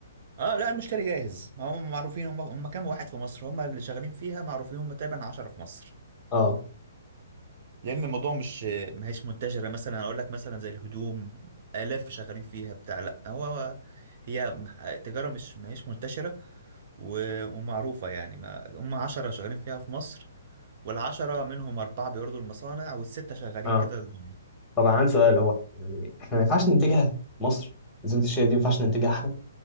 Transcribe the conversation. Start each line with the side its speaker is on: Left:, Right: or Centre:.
Right: اه لا المشتري جاهز هم معروفين هم هم كام واحد في مصر هم اللي شغالين فيها معروفين هم تقريبا 10 في مصر
Left: اه
Right: لان الموضوع مش ما هيش منتشره مثلا اقول لك مثلا زي الهدوم الاف شغالين فيها بتاع لا هو هي تجاره مش ما هيش منتشره و- ومعروفه يعني ما هم 10 شغالين فيها في مصر والعشرة منهم أربعة بيوردوا المصانع والستة شغالين
Left: اه
Right: كده الجملة
Left: طبعا عندي سؤال هو يعني احنا ما ينفعش ننتجها مصر زبدة الشيا دي ما ينفعش ننتجها احنا